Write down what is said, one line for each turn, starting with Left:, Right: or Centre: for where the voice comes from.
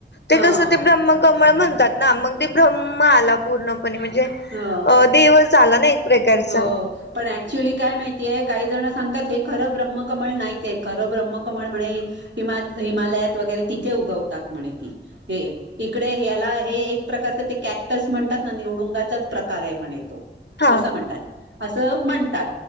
Left: ते
Right: हां,
Left: कसं ते ब्रह्म कमळ म्हणतात ना मग ते ब्रम्म आला पूर्णपणे म्हणजे
Right: हा
Left: अ देवच झालं ना प्रकारचा
Right: हो पण ऍक्च्युअली काय माहितीये काही जण सांगतात हे खरं ब्रह्मकमळ नाहीच आहे खरं ब्रह्मकमळ म्हणे हिमा हिमालयात वगैरे तिथे उगवतात म्हणे ती हे इकडे ह्याला हे एक प्रकारच ते कॅक्टस म्हणतात ना निवडुंगाचाच प्रकार आहे म्हण तो
Left: हा
Right: असं म्हणतात असं म्हणतात